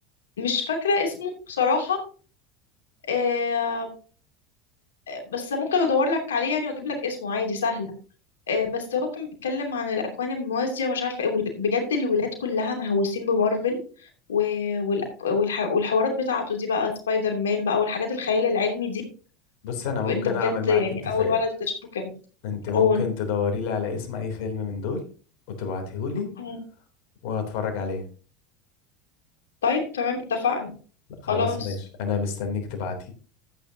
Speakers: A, on the left; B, on the left.
A: مش فاكره اسمه بصراحه آه، بس ممكن ادور لك عليه يعني واجيب لك اسمه عادي سهله آه، بس هو كان بيتكلم عن الاكوان الموازيه ومش عارفه ايه وال- بجد الولاد كلها مهووسين بمارفل و- والأك- والح- والحوارات بتاعته دي بقى سبايدر مان بقى والحاجات الخيال العلمي دي
B: بص انا ممكن
A: انت بجد
B: اعمل معاك
A: يعني
B: اتفاق
A: اول ولد تشوفه كده
B: انت ممكن
A: قول
B: تدوري لي على اسم اي فيلم من دول وتبعتيه لي
A: مم.
B: وهتفرج عليه
A: طيب تمام اتفقنا
B: خلاص
A: خلاص
B: ماشي انا مستنيك تبعتيه